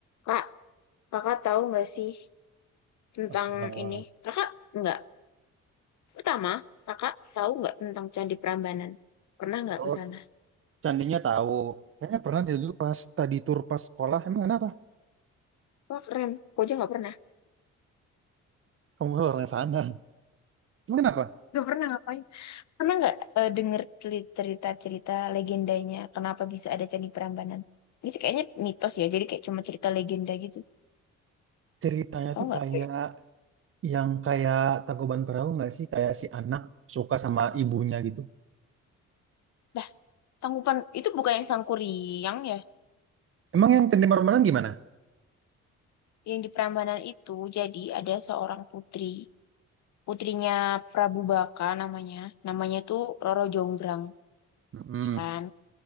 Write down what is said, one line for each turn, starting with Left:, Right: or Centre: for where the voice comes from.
Left: Kak, kakak tahu nggak sih tentang
Right: Eh,
Left: ini? Kakak nggak. Pertama, kakak tahu nggak tentang Candi Prambanan? Pernah nggak
Right: kalau
Left: ke sana?
Right: candinya tahu, kayaknya pernah dia dulu pas tadi tur pas sekolah. Emang kenapa?
Left: Wah keren. Aku aja nggak pernah.
Right: Kamu kan orang sana. Emang kenapa?
Left: Gak pernah ngapain. Pernah nggak eh, denger celi- cerita-cerita legendanya? Kenapa bisa ada Candi Prambanan? Ini sih kayaknya mitos ya. Jadi kayak cuma cerita legenda gitu.
Right: Ceritanya
Left: Tahu
Right: tuh
Left: nggak?
Right: kayak yang kayak Tangkuban Perahu nggak sih? Kayak si anak suka sama ibunya gitu.
Left: Dah, Tangkuban itu bukan yang Sangkuriang ya.
Right: Emang yang Tandi Marmalang gimana?
Left: Yang di Prambanan itu jadi ada seorang putri. Putrinya Prabu Baka namanya. Namanya tuh Roro Jonggrang.
Right: Mm-mm.
Left: ya kan?